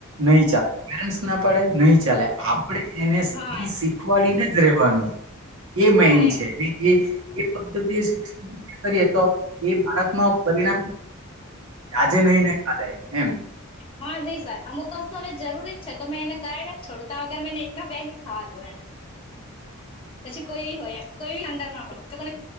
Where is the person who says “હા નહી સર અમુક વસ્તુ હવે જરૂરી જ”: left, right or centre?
Left